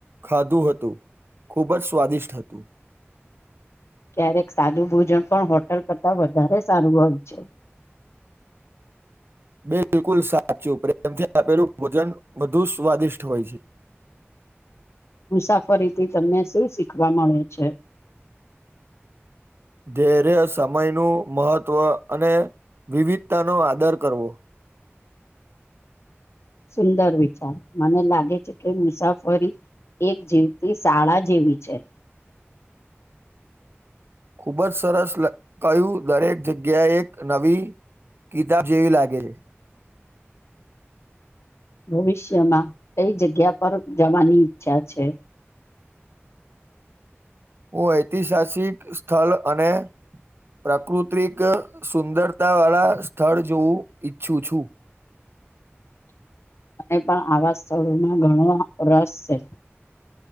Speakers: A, on the right (about 55°); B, on the left (about 70°).
A: ખાધું હતું ખૂબ જ સ્વાદિષ્ટ હતું
B: <inaudible> ક્યારેક સાદુ ભોજન પણ હોટલ કરતાં વધારે સારું હોય છે <inaudible>
A: બિલકુલ સાચું પ્રેમથી આપેલું ભોજન વધુ સ્વાદિષ્ટ હોય છે
B: <inaudible> મુસાફરીથી તમને શું શીખવા મળે છે
A: ધૈર્ય સમયનું મહત્ત્વ અને વિવિધતાનો આદર કરવો
B: <inaudible> સુંદર વિચાર મને લાગે છે કે મુસાફરી એક જીવતી શાળા જેવી છે
A: ખૂબ જ સરસ લ કહ્યું દરેક જગ્યાએ એક નવી કિતાબ જેવી લાગે છે
B: <inaudible> ભવિષ્યમાં કઈ જગ્યા પર જવાની ઈચ્છા છે
A: હું ઐતિહાસિક સ્થળ અને પ્રાકૃતિક સુંદરતા વાળા સ્થળ જોવું ઈચ્છું છું
B: <inaudible> અને પણ આવા સ્થળોમાં ઘણો રસ છે